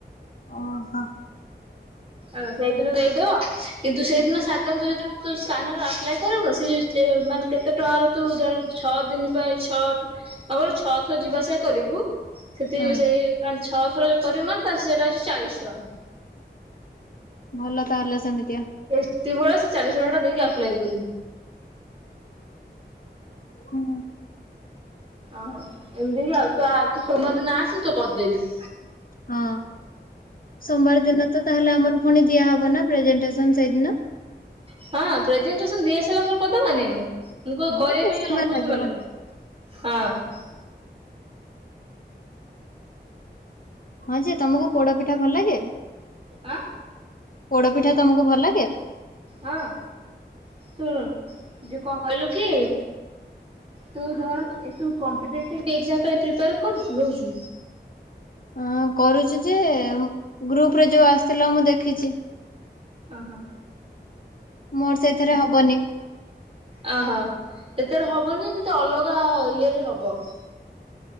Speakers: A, on the left (about 50°); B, on the right (about 30°).
A: ଓହୋ।
B: ହଁ ସେଇଦିନ ଦେଇଦବ। କିନ୍ତୁ ସେଇଦିନ <unintelligible> ସ୍କାନର ଆପ୍ଲାଏ କରିବ ସେ ଜଉ ଚେ ମାନେ କେତେ ଟଙ୍କାର ତୁ ଧର ଛଅ ଦିନ ପାଇଁ ଛଅ କେବଳ ଛଅ ଥର ଯିବା ଆସିବା କରିବୁ ସେଥି
A: ହୁଁ
B: ବି ସେଇ ମାନେ ଛଅ ଥର କରିବୁ ମାନେ ତାର ସେଇଟା ଅଛି ଚାଳିଶ ଟଙ୍କା।
A: ଭଲ ତାହେଲେ ସେମିତିଆ।
B: ସେତିକି ବେଳେ ସେ ଚାଳିଶ ଟଙ୍କା ଟା ଦେଇକି ଆପ୍ଲାଏ କରିବୁ।
A: ହୁଁ।
B: ଓହୋ ଏମିତି କି ଆଉ କା ତୁ ସୋମବାର ଦିନ ଆସ ମୁଁ ତୋର କରିଦେବି।
A: ହଁ। ସୋମବାର ଦିନ ତ ତାହେଲେ ଆମର ପୁଣି ଦିଆହବ ନା ପ୍ରେଜେଣ୍ଟେସନ ସେଇଦିନ?
B: ହଁ। ପ୍ରେଜେଣ୍ଟେସନ ଦିଆହେଇସାରିଲାପରେ କରିଦବାନି ଆମେ।
A: ହଁ
B: କରିବା
A: କେତେ
B: ପାଇଁ ଅଳ୍ପ
A: ଲାଗିବ
B: ସମୟ ଲାଗେ। ହଁ।
A: ହଁ ଯେ ତମକୁ ପୋଡ ପିଠା ଭଲ ଲାଗେ?
B: ଆଁ?
A: ପୋଡ ପିଠା ତମକୁ ଭଲ ଲାଗେ?
B: ହଁ। ଶୁଣୁ ଯେ କଣ କହିଲୁ କି ତୁ ଧର ଏ ତୁ କମ୍ପିଟେଟିଭ ଏଜ୍ଜାମ୍ ପାଇଁ ପ୍ରିପାର୍ କରୁଚୁ ହଉଚୁ?
A: ଅଁ କରୁଚି ଯେ ଗ୍ରୁପ ରେ ଯୋଉ ଆସିଥିଲା ମୁଁ ଦେଖିଚି।
B: ଅ ହଁ।
A: ମୋର ସେଇଥିରେ ହବନି।
B: ଓ ହ। ଏଥେରେ ହବନି ଯେ କିନ୍ତୁ ଅଲଗା ଇଏ ରେ ହବ।